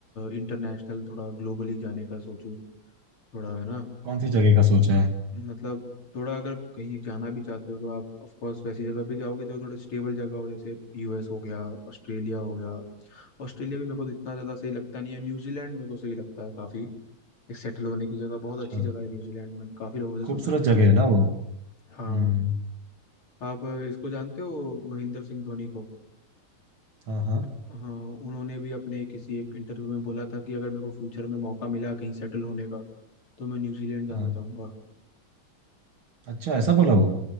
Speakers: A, on the left; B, on the right.
A: इंटरनेशनल थोड़ा ग्लोबली जाने का सोचूं थोड़ा है ना
B: कौन सी जगह का सोचा है
A: मतलब थोड़ा अगर कहीं जाना भी चाहते हो तो आप ऑफ कोर्स वैसी जगह पे जाओगे जो थोड़ी स्टेबल जगह हो जैसे यूएस हो गया ऑस्ट्रेलिया हो गया ऑस्ट्रेलिया भी मेरे को इतना ज़्यादा सही लगता नहीं है न्यूजीलैंड मेरे को सही लगता है काफ़ी एक सेटल होने की जगह बहुत
B: अच्छा
A: अच्छी जगह है न्यूजीलैंड मैंने काफ़ी लोगों
B: खूबसूरत
A: से सुना है
B: जगह है ना वो हम्म
A: हाँ आप इसको जानते हो महेंद्र सिंह धोनी को
B: हाँ हाँ
A: हाँ उन्होंने भी अपने किसी एक इंटरव्यू में बोला था कि अगर मेरे को फ्यूचर में मौका मिला कहीं सेटल होने का तो मैं न्यूजीलैंड जाना
B: हाँ
A: चाहूँगा
B: अच्छा ऐसा बोला वो